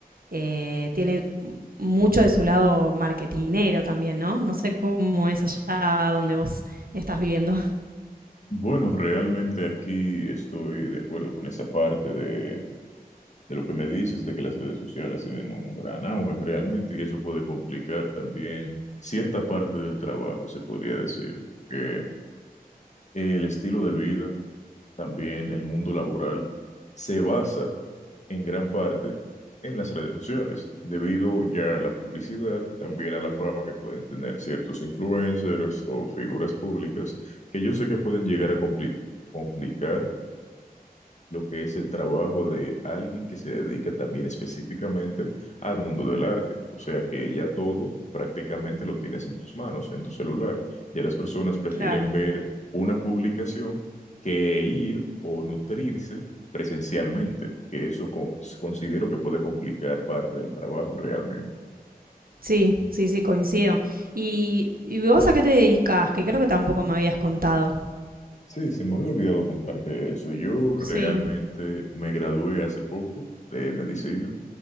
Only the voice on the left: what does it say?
Bueno, realmente aquí estoy de acuerdo con esa parte de, de lo que me dices, de que las redes sociales tienen un gran auge realmente y eso puede complicar también cierta parte del trabajo, se podría decir, que el estilo de vida, también el mundo laboral, se basa en gran parte en las redes sociales, debido ya a la publicidad, también a la fama que pueden tener ciertos influencers o figuras públicas, que yo sé que pueden llegar a compli- complicar lo que es el trabajo de alguien que se dedica también específicamente al mundo del arte. O sea que ya todo prácticamente lo tienes en tus manos, en tu celular. Ya las personas prefieren
ver una publicación que ir o nutrirse presencialmente, que eso co- considero que puede complicar parte del trabajo realmente.
Sí, se me había olvidado contarte eso. Yo realmente
me gradué hace poco de medicina.